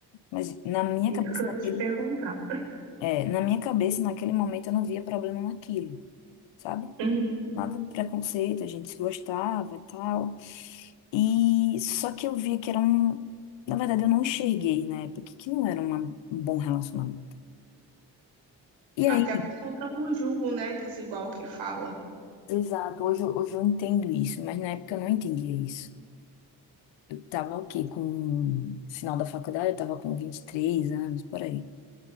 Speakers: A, on the left; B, on the right.
A: mas na minha
B: isso
A: cabeça
B: que eu ia te
A: ele
B: perguntar.
A: É, na minha cabeça, naquele momento, eu não via problema naquilo, sabe?
B: Uhum.
A: Nada de preconceito, a gente se gostava e tal. E só que eu via que era um. Na verdade, eu não enxerguei na época que não era uma- um bom relacionamento. E
B: Até
A: aí,
B: por conta do julgo, né, desigual que fala.
A: exato, hoje, eu- hoje eu entendo isso, mas na época eu não entendia isso. Eu tava o quê? Com. Final da faculdade, eu tava com 23 anos, por aí.